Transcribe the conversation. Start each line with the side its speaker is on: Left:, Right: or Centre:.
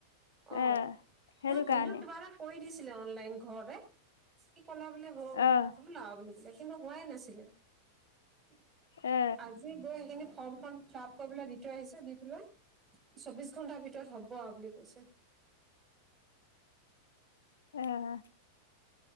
Right: অ
Left: এ সেইটো
Right: নহয় ভিনদেউ
Left: কাৰণে
Right: কিবা এটা কৰি দিছিলে অনলাইন ঘৰতে, সি কলে বুলি হল।
Left: অ'
Right: আৰু বুলি কলে, কিন্তু হোৱাই নাছিলে। <inaudible>
Left: এ।
Right: আজি গৈ সেইখিনি ফৰ্মখন ফিলাপ কৰি পেলাই দি থৈ আহিছে, দি পেলাই চৌবিশ ঘন্টাৰ ভিতৰত হ'ব আৰু বুলি কৈছে।
Left: হে।